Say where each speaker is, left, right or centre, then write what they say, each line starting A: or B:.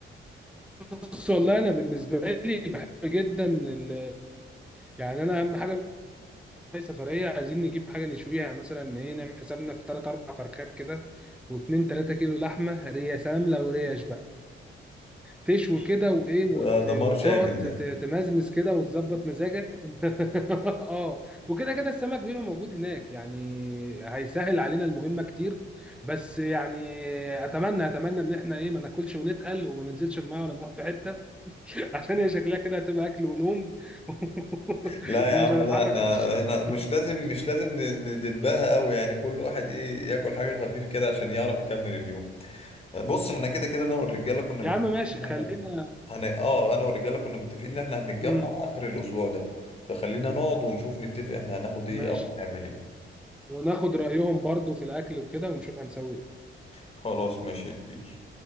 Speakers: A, in the centre; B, on the left.
A: بص والله انا بالنسبه لي بحب جدا ال... يعني انا اهم حاجه هي سفرية عايزين نجيب حاجة نشويها يعني مثلا إيه نعمل حسابنا في تلات أربع فرخات كده واتنين تلاتة كيلو لحمة ريا سلام لو ريش بقى تشوي كده وإيه وت...
B: ده دمار
A: وتقعد
B: شامل
A: ت-
B: ده
A: تمزمز كده وتظبط مزاجك <laughs> آه وكده كده السمك بيبقى موجود هناك يعني هيسهل علينا المهمة كتير بس يعني أتمنى أتمنى إن إحنا إيه ما ناكلش ونتقل وما ننزلش المية ولا نروح في حتة <laughs> عشان هي شكلها كده هتبقى أكل ونوم <laughs>
B: لا
A: ومش
B: يا عم
A: هنتحرك
B: لا احنا
A: من الشقة
B: هنا مش لازم مش لازم ن- ندبها قوي يعني كل واحد ايه ياكل حاجة خفيف كده عشان يعرف يكمل اليوم بص احنا كده كده انا والرجالة كنا
A: يا
B: متفقين
A: عم ماشي
B: ان
A: خلينا
B: احنا هن... اه انا والرجالة كنا متفقين ان احنا هنتجمع
A: امم
B: اخر الاسبوع ده فخلينا نقعد ونشوف نتفق احنا هناخد ايه
A: ماشي
B: او هنعمل ايه
A: وناخد رأيهم برضو في الأكل وكده ونشوف هنسوي إيه.
B: خلاص ماشي يا كبير